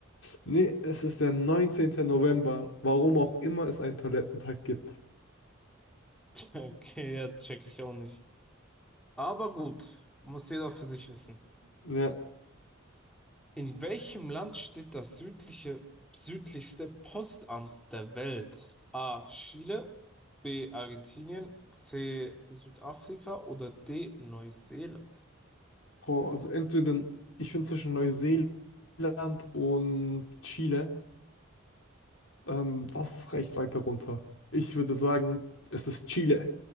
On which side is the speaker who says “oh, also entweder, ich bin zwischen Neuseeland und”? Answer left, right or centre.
Left